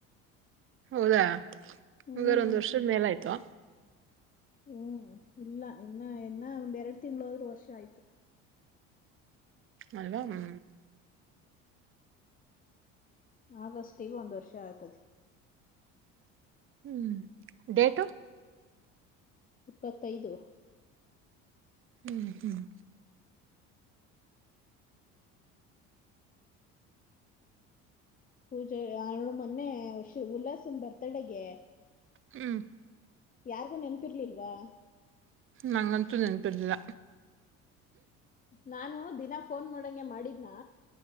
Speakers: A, on the right; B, on the left.
A: ಹೌದಾ
B: ಹ್ಮ್
A: ಹಂಗಾರ ಒಂದ್ ವರ್ಷದ ಮೇಲ ಆಯ್ತಾ
B: ಹ್ಮ್ ಇಲ್ಲ ಇನ್ನ ಇನ್ನ ಒಂದ್ ಎರಡು ತಿಂಳದ್ರೂ ವರ್ಷ ಆಯ್ತು
A: ಅಲ್ವಾ ಹ್ಮ್
B: ಆಗಸ್ಟಗ ಒಂದ್ ವರ್ಷ ಆಗ್ತದೆ
A: ಹ್ಮ್ ಡೇಟು
B: ಇಪ್ಪತ್ತೈದು
A: ಹ್ಮ್ ಹ್ಮ್
B: ಪೂಜೆ ಹು ಮೊನ್ನೆಷ ಉಲ್ಲಾಸನ್ ಬರ್ತಡಗೆ
A: ಹ್ಮ್
B: ಯಾರಿಗೂ ನೆನ್ಪಿರ್ಲಿಲ್ವಾ
A: ನಂಗ್ ನಂತಂತು ನೆನಪಿರದಿಲ್ಲ
B: ನಾನು ದ ಇನ್ನ ಫೋನ್ ಮಾಡಂಗೆ ಮಾಡಿದ್ನಾ